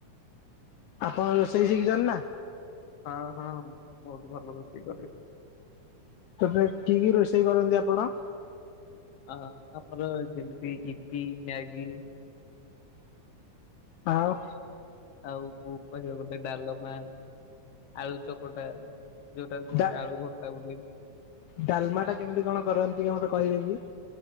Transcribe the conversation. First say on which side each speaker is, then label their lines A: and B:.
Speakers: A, on the left; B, on the left.
A: ଆପନ ରୋଷେଇ ଶିଖିଚନ୍ତି ନା।
B: ହଁ ହଁ ବହୁତ ଭଲ ରୋଷ କରେ।
A: ତଥପି କି କି ରୋଷେଇ କରନ୍ତି ଆପଣ।
B: ଅ ଆମର ଯେମିତି ଇପି ମ୍ୟାଗି
A: ଆଉ
B: ଆଉ କୁ କହିବାକୁ ଗଲେ ଡାଲମା ଆଳୁ ଚକଟା। ଯୋଉଟାକୁ କୁହନ୍ତି
A: ଡା
B: ଆଳୁ ଭର୍ତା ବୋଲି।
A: ଡାଲମା ଟା କେମିତି କଣ କରନ୍ତି ଟିକେ ମତେ କହିବେ କି?